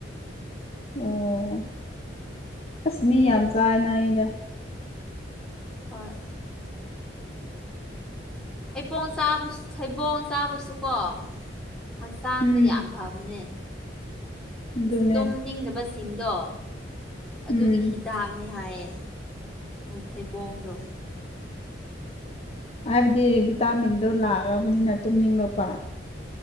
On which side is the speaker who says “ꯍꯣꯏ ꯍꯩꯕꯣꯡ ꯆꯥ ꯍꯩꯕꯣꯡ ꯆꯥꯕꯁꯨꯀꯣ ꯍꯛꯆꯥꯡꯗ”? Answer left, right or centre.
Centre